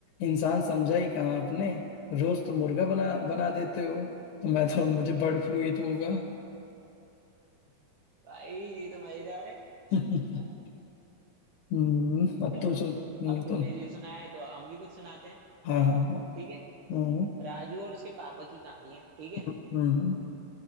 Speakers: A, on the left; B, on the right.
A: इंसान समझा ही कहाँ आपने रोज तो मुर्गा बना बना देते हो तो मैं तो मुझे बर्ड फ्लू ही तो होगा
B: भाई ये तो मजेदार है
A: <laughs> हम्म, अब
B: चलो
A: तुम सुन हम्म,
B: अब
A: तुम
B: तुमने ये सुनाया है तो हम भी कुछ सुनाते हैं
A: हाँ हाँ हाँ
B: ठीक है
A: हम्म,
B: राजू और उसके पापा की कहानी है ठीक है
A: हम्म,